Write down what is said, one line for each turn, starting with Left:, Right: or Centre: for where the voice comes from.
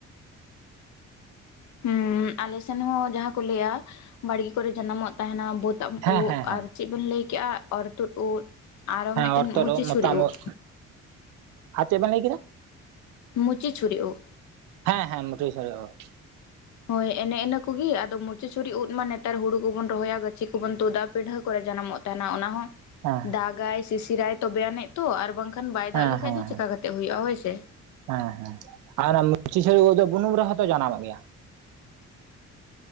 Left: ᱦᱩᱸ ᱟᱞᱮᱥᱮᱱ ᱦᱚᱸ ᱡᱟᱦᱟᱸ ᱠᱚ ᱞᱟᱹᱭᱟ ᱵᱟᱹᱲᱜᱮ ᱠᱚᱨᱮ ᱡᱟᱱᱟᱢᱚᱜ ᱛᱟᱦᱮᱸᱱᱟ ᱵᱟᱹᱫ ᱥᱟᱫᱟᱢ
Right: ᱦᱮᱸ
Left: ᱩᱫ
Right: ᱦᱮᱸ ᱦᱮᱸ
Left: ᱟᱨ ᱪᱮᱫ ᱵᱤᱱ ᱞᱟᱹᱭ ᱠᱮᱜᱼᱟ ᱚᱨᱛᱩᱫ ᱩᱫ ᱟᱨᱚ
Right: ᱦᱮᱸ
Left: ᱢᱤᱫᱴᱮᱱ
Right: ᱚᱨᱛᱚᱫ
Left: ᱢᱩᱪᱤ
Right: ᱳᱫ ᱢᱚᱛᱟᱢ
Left: ᱥᱩᱨᱤ ᱩᱫᱽ᱾
Right: ᱳᱫ ᱟᱨ ᱪᱮᱫ ᱵᱮᱱ ᱞᱟᱹᱭ ᱠᱮᱫᱟ?
Left: ᱢᱩᱪᱤ ᱪᱷᱩᱲᱤ ᱩᱫ᱾
Right: ᱦᱮᱸ ᱦᱮᱸ ᱢᱩᱴᱦᱤᱣ ᱪᱷᱟᱹᱲᱤ ᱩᱫ᱾
Left: ᱦᱳᱭ ᱮᱱᱮᱸ ᱤᱱᱟᱹ ᱠᱩᱜᱤ ᱟᱫᱚ ᱢᱩᱨᱪᱤ ᱪᱷᱩᱲᱤ ᱩᱫ ᱢᱟ ᱱᱮᱛᱟᱨ ᱦᱩᱲᱩ ᱠᱚᱵᱚᱱ ᱨᱚᱦᱚᱭᱟ ᱜᱟᱹᱪᱷᱤ ᱠᱚᱵᱚᱱ ᱛᱩᱫᱟ᱾ ᱯᱤᱰᱷᱟᱹ ᱠᱚᱨᱮ ᱡᱟᱱᱟᱢᱚᱜ ᱛᱟᱦᱮᱸᱱᱟ ᱚᱱᱟ ᱦᱚᱸ᱾
Right: ᱦᱮᱸ
Left: ᱫᱟᱜ ᱟᱭ ᱥᱤᱥᱤᱨᱟᱭ ᱛᱚᱵᱮ ᱟᱱᱮᱡ ᱛᱚ ᱟᱨ ᱵᱟᱝᱠᱷᱟᱱ ᱵᱟᱭ
Right: ᱦᱮᱸ
Left: ᱫᱟᱜ ᱞᱤᱠᱷᱟᱡ
Right: ᱦᱮᱸ ᱦᱮᱸ
Left: ᱫᱚ ᱪᱤᱠᱟ ᱠᱟᱛᱮᱜ ᱦᱩᱭᱩᱜᱼᱟ ᱦᱳᱭᱥᱮ᱾
Right: ᱦᱮᱸ ᱦᱮᱸ ᱟᱨ ᱢᱩᱪᱤ ᱪᱷᱟᱹᱨᱤ ᱩᱫ ᱫᱚ ᱵᱩᱱᱩᱢ ᱨᱮᱦᱚᱸᱛᱚ ᱡᱟᱱᱟᱢᱚᱜ ᱜᱮᱭᱟ᱾